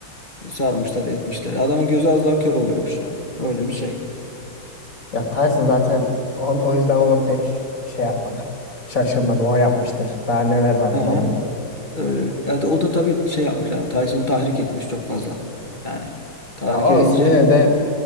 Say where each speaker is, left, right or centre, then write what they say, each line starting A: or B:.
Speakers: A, on the left (about 25°); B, on the left (about 40°).
A: sarmışlar etmişler. Adamın gözü az daha kör oluyormuş yani. Öyle bir şey.
B: Ya Tyson zaten on, o yüzden onu pek şey yapmadım. <laughs> Şaşırmadım. O yapmıştır. Daha neler vardır
A: He.
B: onun.
A: Öyle bir. Ya da- o da tabii şey yapmış yani Tyson'ı tahrik etmiş çok fazla. Yani tahrik
B: Ya olsun
A: edince
B: yine de